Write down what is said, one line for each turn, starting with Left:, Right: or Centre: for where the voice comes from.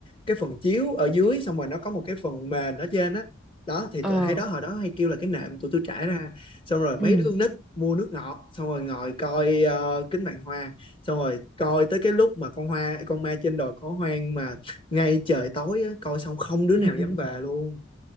Left: cái phần chiếu ở dưới xong rồi nó có một cái phần mền ở trên á đó Đó thì
Centre: Ờ
Left: hay đó hồi đó hay kêu là cái nệm tụi tôi trải ra xong rồi mấy
Centre: ừ
Left: đứa con nít mua nước ngọt xong rồi ngồi coi ờ, kính vạn hoa xong rồi coi tới cái lúc mà con hoa con ma trên đồi có hoang mà ngay trời tối á, coi xong không đứa
Centre: ừ
Left: nào dám
Centre: ừ
Left: về luôn